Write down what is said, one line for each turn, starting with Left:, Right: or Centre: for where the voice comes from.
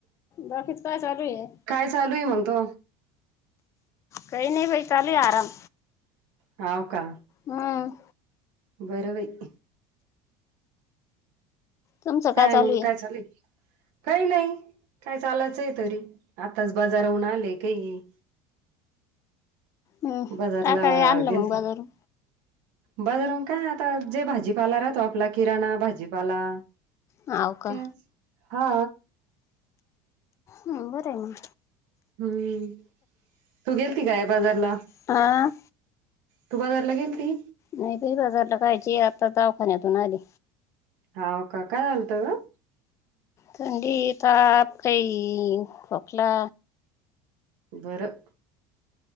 Left: बाकीचं काय चालूये?
Right: काय चालू आहे म्हणतो?
Left: काही नाही बाई चालूये आराम
Right: हाव का?
Left: हम्.
Right: बर बाई.
Left: तुमचं
Right: काय
Left: चालू
Right: मग
Left: आहे?
Right: काय चालूये? काही नाही, काय चालचये तरी, आताच बाजाराहून आले काही
Left: हम्म
Right: बाजारला
Left: काय काय आणलं
Right: गेल
Left: मग
Right: ती
Left: बाजारून?
Right: बाजारून काय आता जे भाजीपाला राहतो आपला किराणा भाजीपाला
Left: हो का?
Right: तेच हा
Left: बरं म
Right: हम्म तू गेलती काय बाजारला
Left: आ
Right: तू बाजारला गेलती.
Left: नाही बाई बाजारला जायची, आता दवाखान्यातून आली.
Right: हवं का? काय झालंत ग?
Left: थंडी, ताप काही खोकला
Right: बरं.